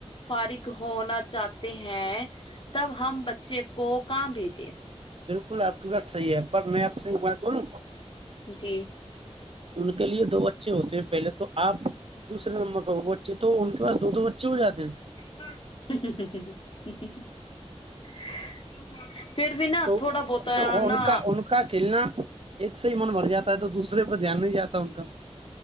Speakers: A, on the left; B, on the right.
A: فارغ ہونا چاہتے ہیں تب ہم بچے کو کہاں بھیجے
B: بالکل آپ کی بات صحیح ہے پر میں آپ سے بات کروں
A: جی
B: ان کے لیے دو بچے ہوتے ہیں پہلے تو آپ دوسرے نمبر چ تو ان کے پاس دو بچے ہو جاتے ہیں
A: <inaudible> پھر بھی نہا
B: تو
A: تھوڑا بہت
B: ان
A: نا
B: کا ان کا کھیلنا ایک سے ہی من بھر جاتا ہے تو دوسرے پہ دھیان نہیں جاتا ان کا